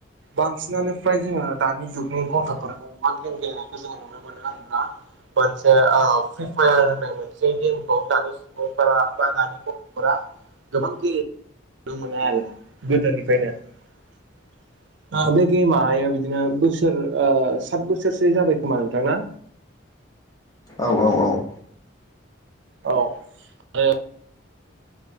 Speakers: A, on the right; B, on the left.
A: बांसिनानो फ्राय जोङो दानि जुगनि गथ'फोरखौ मान्थलिम गेलेनायखौ जोङो नुनो मोनो होनोब्ला फ्रि फायार होननाय मोनसे गेमखौ दानि सुबुंफोरा बा दानि गथ'फोरा जबांखि मोना आरो गोदोनिफ्रायनो बे गेमाहाय बि बिदिनो बोसोर साथ बोसोरसो जाबाय खोमा नोंथांना?
B: औ औ औ।
A: औ <unintelligible>